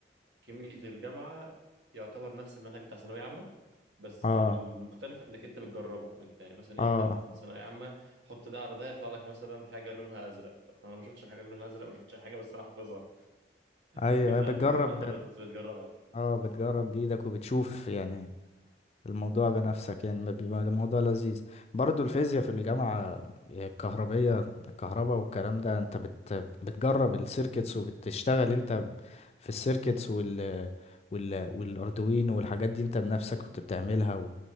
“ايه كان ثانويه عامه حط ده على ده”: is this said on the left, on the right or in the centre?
Right